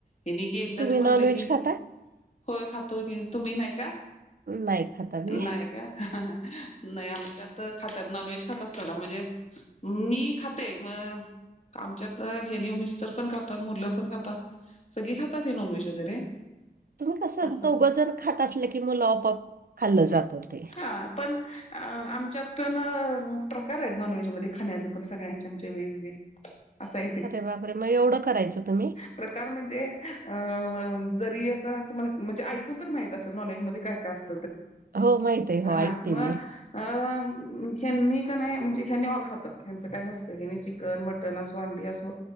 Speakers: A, on the left; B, on the right.
A: ह्यांनी गेलत
B: तुम्ही
A: म्हटलं
B: नॉनव्हेज
A: की
B: खाता
A: होय खातोय की तुम्ही नाही का?
B: नाही खाता मी
A: नाही का? <inaudible> नाही आमच्या त खातात नॉन व्हेज खातात <unintelligible> म्हणजे मी खाते म आमच्यात हे मिस्टर पण खातात मुलं पण खातात सगळे खातात हे नॉनव्हेज वगैरे
B: तुम्ही कसं
A: असं
B: दोघं जर खात असल्या की मुलं आपोआप खाल्लं जातं ते.
A: हा पण आमच्यात पण प्रकार आहेत नॉनव्हेजमध्येध्ये खाण्याच पण सगळ्यांचे आमचे वेगवेगळे असं आहे ते
B: अरे बापरे मग एवढं करायचं तुम्ही
A: प्रकार म्हणजे अ जरी आता तुम्हाला म्हणजे ऐकून तर माहित असेल नॉलेज मध्ये काय काय अस
B: हो माहित आहे. हो
A: <unintelligible> हा
B: ऐकते
A: मग
B: मी.
A: अं ह्यांनी का नाही म्हणजे ह्याणे ऑल खातात ह्यांचं काय नसतं की नी चिकन मटन असो अंडी असो